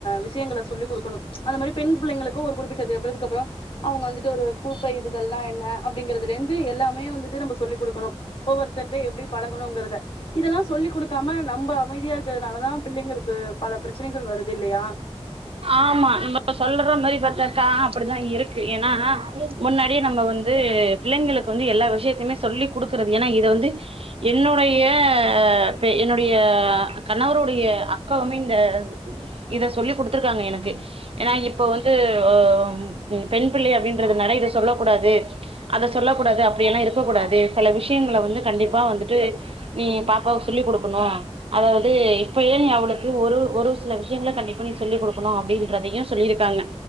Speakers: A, on the left; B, on the right.
A: விஷயங்கள சொல்லிக் குடுக்கணும் அந்த மாரி பெண் பிள்ளைங்களுக்கு ஒரு குறிப்பிட்டது பிருதுக்கு அப்றோ அவுங்க வந்துட்டு ஒரு பூப்பெய்ருதல்னா என்ன அப்டிங்கறதுலேந்து எல்லாமே வந்துட்டு நம்ப சொல்லி குடுக்கணு ஒவ்வொர்த்தர்ட்ட எப்டி பழ கணுங்கறத இதெல்லா சொல்லி் குடுக்காம நம்ப அமைதியா இருக்கறுனாலதா பிள்ளைங்களுக்கு பல பரச்சனைகள் வருது இல்லையா
B: ஆமா ந சொல்ற மாரி பாத்தாக்கா அப்புடிதா இருக்கு ஏன்னா முன்னாடியே நம்ப வந்து பிள்ளைங்களுக்கு வந்து எல்லா விஷயத்தையுமே சொல்லி குடுக்குறது ஏன்னா இத வந்து என்னுடைய பே என்னுடைய கணவருடைய அக்காவுமே இந்த இத சொல்லி குடுத்துருக்காங்க எனக்கு ஏனா இப்ப வந்து அ ம் பெண் பிள்ளை அப்படின்றதுனாலே இத சொல்ல கூடாது அத சொல்ல கூடாது அப்டியல்லா இருக்க கூடாது செல விஷயங்கள வந்து கண்டிப்பா வந்துட்டு நீ பாப்பாவுக் சொல்லி குடுக்குணு அதாவது இப்பயே நீ அவளுக்கு ஒரு ஒரு சில விஷயங்ள கண்டிப்பா நீ சொல்லி குடுக்கணு அப்டின்றதையு சொல்லியிருக்காங்க